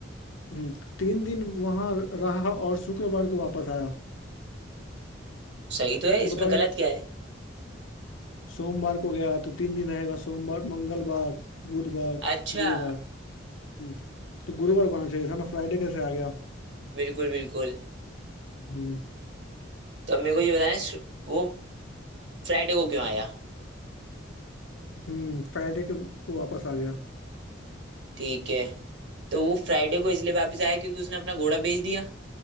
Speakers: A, on the left (about 85°); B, on the right (about 60°).
A: हम्म, तीन दिन वहां रहा और शुक्रवार को वापस आया
B: सही तो है इसमें
A: बताओ
B: गलत
A: ये
B: क्या है
A: सोमवार को गया तो तीन दिन रहेगा सोमवार मंगलवार बुधवार
B: अच्छा
A: गुरुवार हम्म, तो गुरुवार को आना चाहिए था ना फ्राइडे कैसे आ गया
B: बिल्कुल बिल्कुल
A: हम्म
B: तो अब मेरे को ये बताना है, वो फ्राइडे को क्यों आया
A: हम्म फ्राइडे के को वापस आ गया
B: ठीक है तो वो फ्राइडे को इसलिए वापस आया क्योंकि उसने अपना घोड़ा बेच दिया